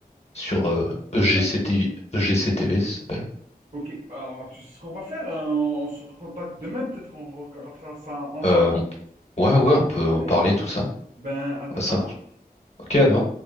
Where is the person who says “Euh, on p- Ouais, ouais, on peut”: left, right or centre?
Left